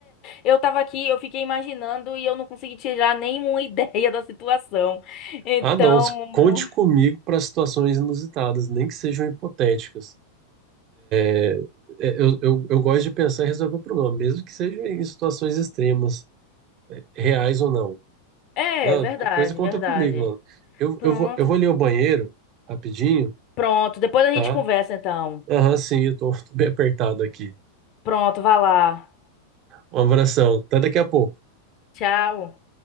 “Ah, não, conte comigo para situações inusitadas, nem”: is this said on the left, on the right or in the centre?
Right